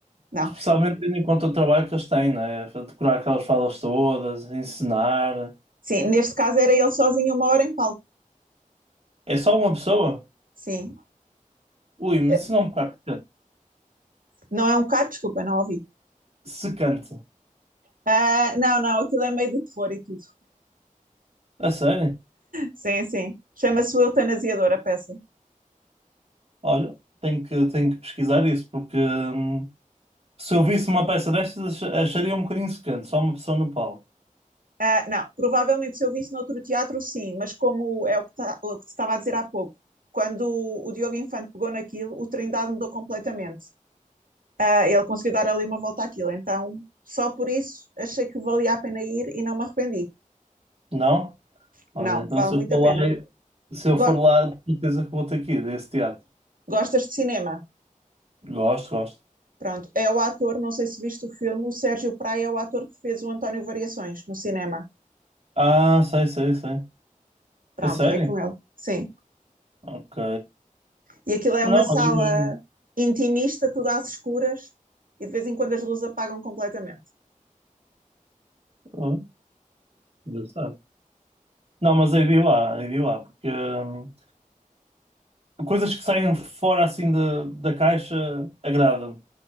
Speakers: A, on the right; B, on the right.
A: não.
B: Especialmente tendo em conta o trabalho que eles têm, né? Decorar aquelas falas todas, ensinar.
A: Sim, neste caso era ele sozinho uma hora em palco.
B: É só uma pessoa?
A: Sim.
B: Ui, mas
A: Eh,
B: isso não me parece
A: Não é um bocado, desculpa, não ouvi.
B: secante.
A: Ah, não, não, aquilo é meio de terror e tudo.
B: A sério?
A: Sim, sim. Chama-se o eutanasiador a peça.
B: Olha, tenho que, tenho que pesquisar isso, porque hum, se eu visse uma peça destas, ach- acharia um bocadinho secante, só uma pessoa no palco.
A: Ah, não, provavelmente se eu visse noutro teatro, sim, mas como é o que, ta- o que te estava a dizer há pouco, quando o Diogo Infante pegou naquilo, o Trindade mudou completamente. Ah, ele conseguiu dar ali uma volta àquilo. Então, só por isso, achei que valia a pena ir e não me arrependi.
B: Não? Olha,
A: Não,
B: então
A: vale
B: se eu
A: muito
B: for
A: a pena.
B: lá, se eu
A: Go-
B: for lá, de certeza que vou ter que ir a esse teatro.
A: Gostas de cinema?
B: Gosto, gosto.
A: Pronto. É o ator, não sei se viste o filme, o Sérgio Praia é o ator que fez o António Variações no cinema.
B: Ah, sei, sei, sei.
A: Pronto,
B: A sério?
A: é com ele. Sim.
B: Ok.
A: E aquilo é
B: Não,
A: uma sala
B: olha, eu-
A: intimista, tudo às escuras, e de vez em quando as luzes apagam completamente.
B: eu- eu- engraçado. Não, mas aí vi lá, aí vi lá, porque hum, coisas que saem fora assim da, da caixa agrada-me.